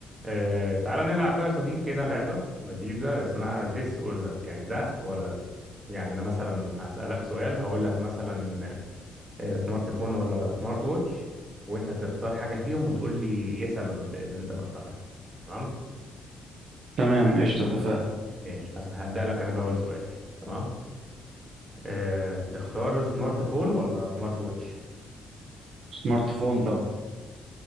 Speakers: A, on the right; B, on the right.
A: آه، تعالى نلعب بقى يا صديقي كده لعبة لذيذة اسمها this or that يعني ده ولا ده يعني أنا مثلا هسألك سؤال هقول لك مثلا آه، سمارت فون ولا سمارت ووتش وأنت تختار حاجة فيهم وتقول لي إيه سبب إن أنت مختارها يعني تمام
B: تمام قشطة اتفقنا
A: ماشي هس- هبدأ لك أنا بأول سؤال تمام أه تختار سمارت فون ولا سمارت ووتش
B: سمارت فون طب